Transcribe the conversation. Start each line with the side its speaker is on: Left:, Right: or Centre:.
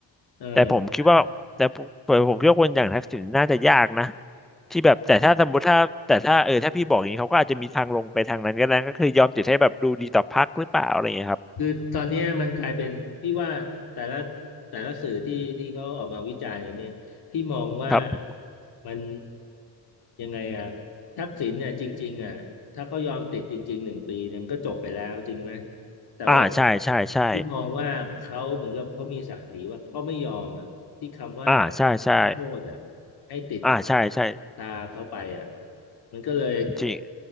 Left: เออ
Centre: แต่ผมคิดว่าแต่ผมผมคิดว่าคนอย่างทักษิณน่าจะยากนะที่แบบแต่ถ้าสมมติถ้าแต่ถ้าเออถ้าพี่บอกอย่างนี้เขาก็อาจจะมีทางลงไปทางนั้นก็ได้ก็คือยอมติดให้แบบดูดีต่อพรรคหรือเปล่าอะไรอย่างเงี้ยครับ
Left: คือตอนเนี้ยมันกลายเป็นพี่ว่าแต่ละแต่ละสื่อที่ที่เขาออกมาวิจารณ์เนี่ยพี่มองว่า
Centre: ครับ
Left: มันยังไงอ่ะทักษิณเนี่ยจริงๆอ่ะถ้าเขายอมติดจริงๆหนึ่งปีเนี่ยมันก็จบไปแล้วจริงไหมแต่ว่า
Centre: อ่าใช่ใช่ใช่
Left: พี่มองว่าเขาเหมือนกับเขามีศักดิ์ศรีว่าเขาไม่ยอมอ่ะที่คำว่า
Centre: อ่าใช่ใช่
Left: นักโทษอ่ะให้ติด
Centre: อ่าใช่ใช่
Left: ตาเขาไปอ่ะมันก็เลย
Centre: จริง